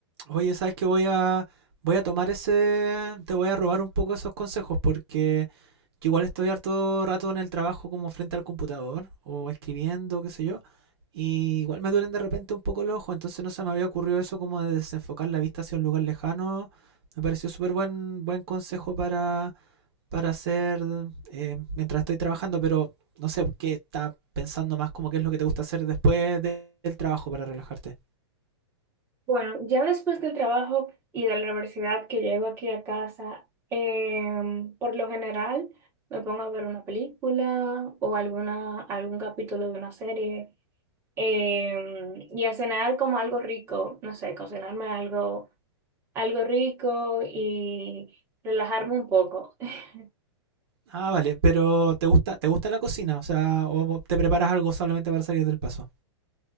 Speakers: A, on the right; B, on the right.
A: Oye, ¿sabes que Voy a, voy a tomar ese, te voy a robar un poco esos consejos porque yo igual estoy harto rato en el trabajo como frente al computador o escribiendo, qué sé yo, y igual me duelen de repente un poco los ojos, entonces no se me había ocurrido eso como de desenfocar la vista hacia un lugar lejano. Me pareció súper buen, buen consejo para, para hacer eh, mientras estoy trabajando, pero no sé, ¿qué estás pensando más como qué es lo que te gusta hacer después de- del trabajo para relajarte?
B: Bueno, ya después del trabajo y de la universidad que llego aquí a casa, em, por lo general me pongo a ver una película o alguna, algún capítulo de una serie. em, y a cenar como algo rico, no sé, cocinarme algo algo rico y relajarme un poco. <laughs>
A: Ah, vale, pero ¿te gusta, te gusta la cocina? O sea, ¿o te preparas algo solamente para salir del paso?